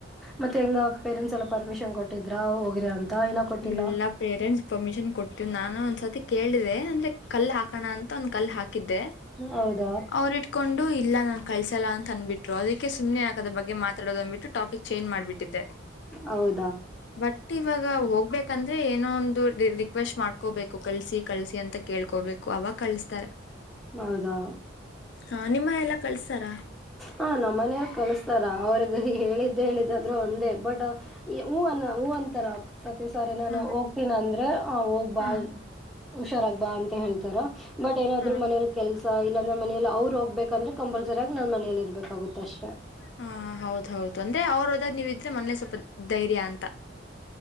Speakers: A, in the centre; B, on the left.
A: ಮತ್ತೆ ಹೆಂಗ ಪೇರೆಂಟ್ಸ್ ಎಲ್ಲ ಪರ್ಮಿಷನ್ ಕೊಟ್ಟಿದ್ರ ಹೋಗ್ರಿ ಅಂತ ಏನ ಕೊಟ್ಟಿಲ್ಲ
B: ಇಲ್ಲ ಪೇರೆಂಟ್ಸ್ ಪರ್ಮಿಷನ್ ಕೊಟ್ಟಲ್ಲಾ ನಾನ್ ಒಂದ್ಸತಿ ಕೇಳಿದೆೆ ಅಂದ್ರೆ ಕಲ್ ಹಾಕಣ ಅಂತ ಒಂದ ಕಲ್ ಹಾಕಿ ಕಿದ್ದೆ
A: ಹೌದಾ
B: ಅವರು ಇಟ್ಕೊಂಡು ಇಲ್ಲ ನನ್ ಕಳ್ಸಲ್ಲ ಅಂತ ಅನ್ಬಿಟ್ರು ಅದಕ್ಕೆ ಸುಮ್ನೆ ಯಾಕದರ ಬಗ್ಗೆ ಮಾತಾಡೋದಂದ್ಬಿಟ್ಟು ಟಾಪಿಕ್ ಚೇಂಜ್ ಮಾಡಿಟ್ಟಿದ್ದೆ.
A: ಹೌದು
B: ಬಟ್ಟ ಇವಾಗ ಹೋಗ ಅಂದ್ರೆ ಏನೋ ಒಂದು ರಿ ರಿಕ್ವೆಸ್ಟ್ ಮಾಡ್ಕೋಬೇಕು ಕಲ್ಸಿ ಕಳ್ಸಿ ಅಂತ ಕೇಳ್ಕೋಬೇಕು ಅವಾಗ ಕಳಸ್ತಾರೆ.
A: ಹೌದಾ
B: ಹಾ ನಿಮ್ಮ ಎಲ್ಲ ಕಳ್ಸ್ತಾರ
A: ಹ ನಮ್ಮನೆಯಾರ ಕಳಸ್ತಾರ ಅವ್ರಿಗೆ ಹೆ ಹೇಳಿದ್ದೆ ಹೇಳಿದ್ದಾದ್ರೂ ಒಂದೇ ಬಟ್ ಹೂನ್ನ ಹೂ ಅಂತ ತರ ಪ್ರತಿ ಸಾರಿ ನಾನು
B: ಹ್ಮ್
A: ಹೋಗ್ತೀನ ಅಂದ್ರೆ ಆ ಹೋಗ್ಬಾ
B: ಹ್ಮ್
A: ಹುಷಾರಾಗ್ಬಾ ಅಂತ ಹೇಳ್ತಾರೆ. ಬಟ್ ಏನಾದ್ರು
B: ಹ್ಮ್
A: ಮನೇಲಿ ಕೆಲ್ಸ ಇಲ್ಲಾಂದ್ರೆ ಮನೆಯಲ್ಲಿ ಅವ್ರು ಹೋಗ್ಬೇಕಂದ್ರೆ ಕಂಪಲ್ಸರಿಯಾಗಿ ನಾನ್ ಮನೆಲಿ ಇರ್ಬೇಕಾಗುತ್ತೆ ಅಷ್ಟೆ.
B: ಹಾ ಹೌದ ಹೌದು ಅಂದೆ ಅವ್ರ ಹೋದಾಗ ನೀವಿದ್ರೆ ಮನೇ ಸ್ವಲ್ಪ ಧೈರ್ಯ ಅಂತ.